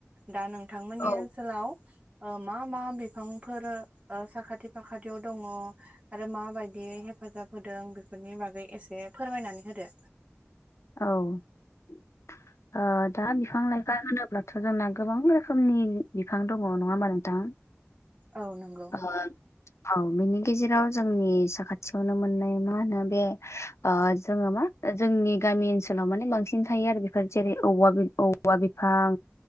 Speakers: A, on the right (about 30°); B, on the left (about 80°).
A: दा नोंथांमोननि
B: औ
A: ओनसोलाव ओ मा मा बिफांफोर साखाथि फाखाथियाव दङ? आरो माबायदियै हेफाजाब होदों बेफोरनि बागै एसे फोरमायनानै होदो।
B: औ ओ दा बिफां लाइफां ओ होनोब्लाथ' जोंना गोबां रोखोमनि बिफां दङ नङा होनबा नोंथां।
A: औ नंगौ।
B: ओ औ बिनि गेजेराव जोंनि साखाथियावनो मोननाय मा होनो बे ओ जोङो मा जोंनि गामि ओनसोलाव माने बांसिन थायो आरो बेफोर जेरै औवा बिफां।